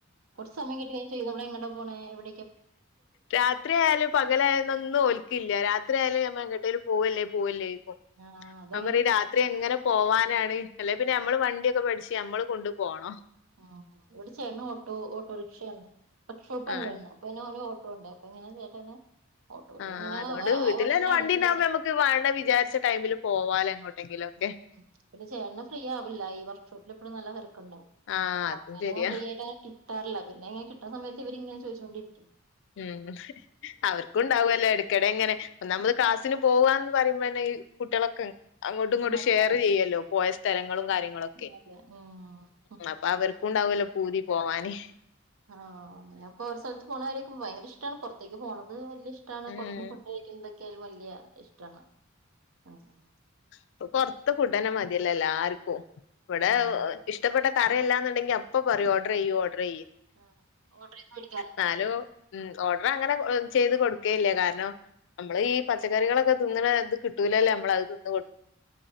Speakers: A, on the right; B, on the left.
A: കൊറച്ച് സമയം കിട്ട നമ്മള് പോണവിടെ
B: രാത്രിയാലും പകലായൊന്നും ഓൽക്കില്ല രാത്രിയാലും ഞാൻ എങ്ങട്ടേ പോവല്ലേ പോവല്ലേ
A: ആഹ് അതങ്ങനെ
B: ഞാൻ പറിം രാത്രി എങ്ങനെ പോവാനാണ് അല്ലെ പിന്നെ നമ്മള് വണ്ടിയൊക്കെ പഠിച്ച് നമ്മള് കൊണ്ട് പോകണം
A: ആ ഇവിടെ ചേട്ടന് ഓട്ടോ ഓട്ടോറി ക്ഷേണ് <unintelligible>
B: ആണ്
A: പിന്നെ ഒരു ഓട്ടോ പോണ്ട് അപ്പൊങ്ങനെ ചേട്ടന്നാ ഒടുവിലിങ്ങനാ
B: ആഹ് അതുകൊണ്ട്
A: ആ
B: വീട്ടിലന്നെ
A: എവിടെങ്കിലും
B: വണ്ടി
A: അടുത്ത്
B: ഉണ്ടാവുമ്പോ നമുക്ക് വേണ്ട വിചാരിച്ച ടൈമില് പോവാലോ എങ്ങോട്ടെങ്കിലൊക്കെ
A: <unintelligible> പിന്നെ ചേട്ടന് ഫ്രീ ആവില്ല ഈ വർക്ഷോപ്പില് ല് നല്ല തെരക്കുണ്ട്
B: ആഹ്
A: അപ്പൊ
B: അതും
A: അങ്ങനൊന്ന്
B: ശരിയാ
A: ഫ്രീ ആയിട്ട് കി ട്ടാറില്ല പിന്നെങ്ങനെ കിട്ടണ സമയത്ത് ഇവരിങ്ങന ചോയിചോണ്ടിരിക്കും
B: ഉം അവർക്കും ഉണ്ടാവല്ലോ ഇടക്കിടെ ഇങ്ങനെ ഒന്നാമത് ക്ലാസ്സിന് പോവാന്ന് പറയും മ്പന്നെ ഈ കുട്ടികളൊക്കെ അങ്ങോട്ടു ഇങ്ങോട്ടും
A: മടിയാണ്
B: ഷെയർ ചെയ്യല്ലോ പോയ സ്ഥലങ്ങളും
A: ഉം
B: കാര്യങ്ങളൊക്കെ
A: അതെ ഉം
B: ഉം അപ്പൊ അവർക്കും ഉണ്ടാവല്ലോ പൂതി പോവാന്
A: ആ അങ്ങനെ അപ്പോരോ സ്ഥലത്ത് പോണാര്യൊക്ക ഭയങ്ക ഇഷ്ട്ടാണ് പൊർത്തേക്ക് പോണത് വല്യ വല്യ ഇഷ്ട്ടാണ്
B: ഉം
A: പുറത്ത്ന്ന് ഫുഡ് കഴിക്കന്തക്കെ വല്യ ഇഷ്ട്ടാണ് ആ ആ ആ
B: ഇപ്പോ പൊറത്ത ഫുഡന്നെ മതിയല്ല ല്ലെല്ലാർക്കും ക്കും ഇവിടെ
A: ആഹ്
B: ഇഷ്ടപ്പെട്ട കാ റിയല്ലാന്നുണ്ടെി അപ്പ പറയും ഓടറെയ്യ് ഓ ഓടറെയ്യ്ന്ന്
A: ആഹ് ഓർഡർ ചെയ്ത് മേടിക്കാറുണ്ടോ
B: ന്നാലോ ഉം ഓഡർ അങ്ങനെ ചെയ്ത് കൊട് ഒക്കെ ഇല്ല കാരണം നമ്മള് ഈ പച്ചക്കറികളൊക്കെ തിന്നണ ഇത് കിട്ടൂലല്ലോ നമ്മളത് തിന്ന് വി